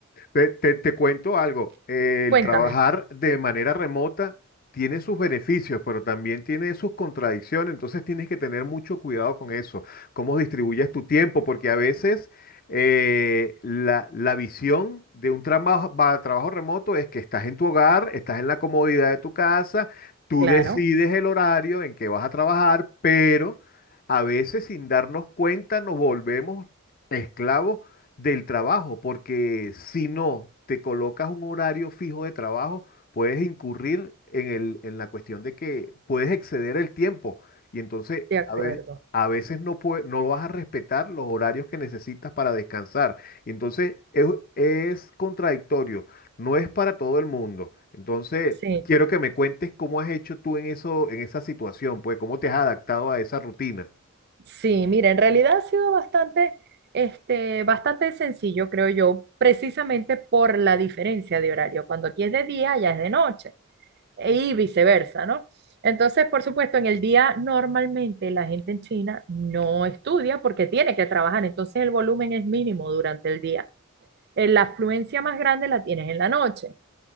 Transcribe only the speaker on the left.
Te, te- te cuento algo, eh,
el trabajar de manera remota tiene sus beneficios, pero también tiene sus contradicciones, entonces tienes que tener mucho cuidado con eso, cómo distribuyes tu tiempo, porque a veces eh, la, la visión de un trabajo, va- trabajo remoto es que estás en tu hogar, estás en la comodidad de tu casa, tú
decides el horario en que vas a trabajar, pero a veces sin darnos cuenta nos volvemos esclavos del trabajo, porque si no te colocas un horario fijo de trabajo, puedes incurrir en el, en la cuestión de que puedes exceder el tiempo y entonces
a ve- a veces no pue- no vas a respetar los horarios que necesitas para descansar. Y entonces es, es contradictorio, no es para todo el mundo. Entonces,
quiero que me cuentes cómo has hecho tú en eso, en esa situación, pues cómo te has adaptado a esa rutina.